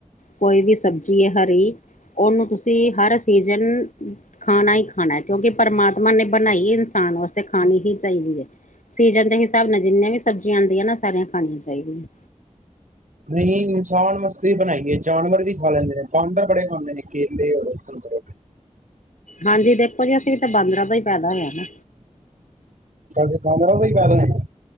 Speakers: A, on the left (about 75°); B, on the right (about 80°).
A: ਕੋਈ ਵੀ, ਸਬਜ਼ੀ ਹੈ ਹਰੀ। ਉਹਨੂੰ ਤੁਸੀਂ ਹਰ ਸੀਜ਼ਨ। ਖਾਣਾ ਹੀ ਖਾਣਾ ਹੈ। ਕਿਉਂਕਿ ਪਰਮਾਤਮਾ ਨੇ, ਬਣਾਈ ਇਨਸਾਨ ਵਾਸਤੇ। ਖਾਣੀ ਹੀ ਚਾਹੀਦੀ ਹੈ। ਸੀਜਨ ਦੇ, ਹਿਸਾਬ ਨਾਲ ਜਿੰਨੀਆਂ ਵੀ, ਸਬਜ਼ੀਆਂ ਆਉਂਦੀਆਂ ਨਾ। ਸਾਰੀਆਂ ਖਾਣੀਆਂ ਚਾਹੀਦੀਆਂ।
B: ਰ <unintelligible> ਛਵਣ ਮਸ। ਵੀ ਬਣਾਈਏ, ਜਾਨਵਰ ਵੀ ਖਾ ਲੈਂਦੇ ਨੇ। ਬਾਂਵਰ ਬੜੇ ਖਾਂਦੇ ਨੇ ਕੇਲੇ ਔਰ ਸੰਤਰੇ।
A: ਹਾਂਜੀ। ਦੇਖੋ ਜੀ, ਅਸੀਂ ਵੀ ਤਾਂ, ਬਾਂਦਰਾਂ ਦਾ ਹੀ ਪੈਦਾ ਹੋਇਆ ਨਾ।
B: ਅਸੀਂ ਬਾਂਦਰਾਂ ਚੋਂ ਹੀ ਪੈਦਾ ਹੋਏ ਆਂ।